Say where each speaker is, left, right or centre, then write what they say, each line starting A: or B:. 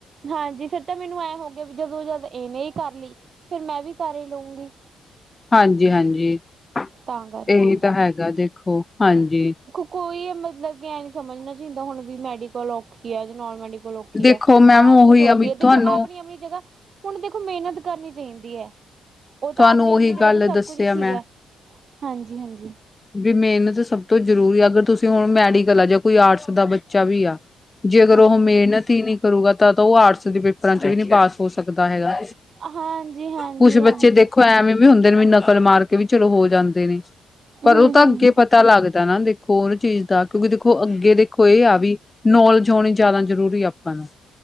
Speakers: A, on the right; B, on the left.
A: ਹਾਂਜੀ, ਫੇਰ ਤਾਂ ਮੈਨੂੰ ਐਂ ਹੋ ਗਿਆ, ਵੀ ਜਦੋਂ ਜਦ ਇਹਨੇ ਹੀ ਕਰ ਲਈ, ਫੇਿਰ ਮੈਂ ਵੀ ਕਰ ਹੀ ਲਊਂਗੀ
B: ਹਾਂਜੀ-ਹਾਂਜੀ। ਇਹੀ
A: ਤਾਂ ਕਰਕੇ
B: ਤਾਂ ਹੈਗਾ ਦੇਖੋ ਹਾਂਜੀ।
A: ਕੋਈ ਮਤਲਬ ਕਿ ਐਂ ਨੀ ਸਮਝਣਾ ਚਾਹੀਦਾ, ਹੁਣ ਵੀ ਮੈਡੀਕਲ ਔਖੀ ਆ ਜਾਂ ਨੋਨ ਮੈਡੀਕਲ ਲ ਔਖੀ
B: ਦੇਖੋ
A: ਹੈ,
B: ਮੈਮ
A: ਆਰਟਸ
B: ਉਹੀ
A: ਸੌਖੀ
B: ਆ ਵੀ
A: ਹੈ, ਦੇਖੋ
B: ਤੁਹਾਨੂੰ
A: ਆਪਣੀ-ਆਪਣੀ ਜਗ੍ਹਾ ਹੁਣ ਦੇਖੋ ਮਿਹਨਤ ਕਰਨੀ ਚਾਹੀਦੀ ਹੈ‌। ਉਹ ਤਾਂ
B: ਤੁਹਾਨੂੰ
A: ਆਪਣੀ-ਆਪਣੀ
B: ਉਹੀ
A: ਜਗ੍ਹਾ
B: ਗੱਲ
A: ਤੇ ਸਭ
B: ਦੱਸਿਆ
A: ਕੁਝ ਠੀਕ
B: ਮੈਂ
A: ਹੈ ਹਾਂਜੀ-ਹਾਂਜੀ
B: ਵੀ ਮਿਹਨਤ ਸਭ ਤੋਂ ਜ਼ਰੂਰੀ ਆ। ਅਗਰ ਤੁਸੀਂ ਹੁਣ ਮੈਡੀਕਲ ਆ ਜਾਂ ਕੋਈ ਆਰਟਸ ਦਾ ਬੱਚਾ ਵੀ ਆ ਜੇ ਅਗਰ
A: ਹਾਂਜੀ
B: ਉਹ ਮਿਹਨਤ ਹੀ ਨਹੀਂ ਕਰੂੰਗਾ, ਤਾਂ ਉਹ ਆਰਟਸ ਦੇ ਪੇਪਰਾਂ ਚ, ਹੀ ਨੀ ਪਾਸ ਹੋ ਸਕਦਾ ਹੈਗਾ।
A: ਹਾਂਜੀ-ਹਾਂਜੀ-ਹਾਂਜੀ
B: ਕੁਛ ਬੱਚੇ ਦੇਖੋ ਐਵੇਂ ਵੀ ਹੁੰਦੇ ਨੇ, ਵੀ ਨਕਲ ਮਾਰ ਕੇ ਵੀ, ਚਲੋ ਹੋ ਜਾਂਦੇ ਨੇ। ਪਰ
A: ਹੂੰ-ਹੂੰ-ਹੂੰ
B: ਉਹ ਤਾਂ, ਅੱਗੇ ਪਤਾ ਲੱਗਦਾ, ਨਾ ਦੇਖੋ ਉਹ ਚੀਜ਼ ਦਾ ਕਿਉਂਕਿ ਦੇਖੋ ਅੱਗੇ ਦੇਖੋ ਇਹ ਆ ਵੀ ਨੌਲੇਜ ਆਉਣੀ ਜ਼ਿਆਦਾ ਜ਼ਰੂਰੀ ਆਪਾਂ ਨੂੰ।